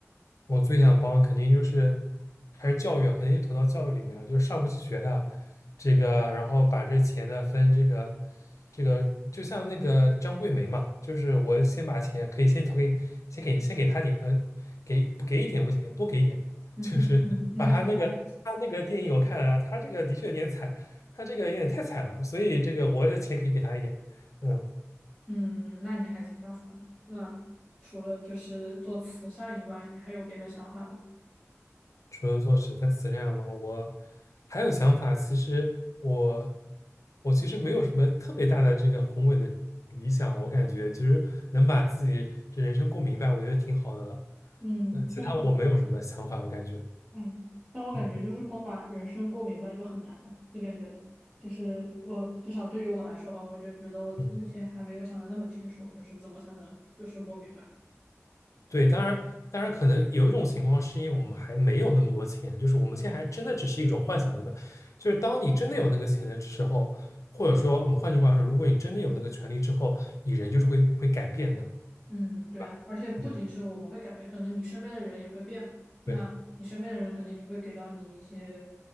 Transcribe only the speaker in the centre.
嗯哼，
嗯，你还挺大方。
嗯，那你还挺大方的。那除了就是做慈善以外，你还有别的想法吗？
嗯，
确实。
嗯，但我感觉就是光把人生过明白就很难了，
就感觉就是我至少对于我来说吧，我就觉得我目前还没有想的那么清楚，
就是怎么才能就是过明白。
嗯，对啊，
而且不仅是我们会改变，
可能你身边的人也会变嘛，那你身边的人可能也会给到你一些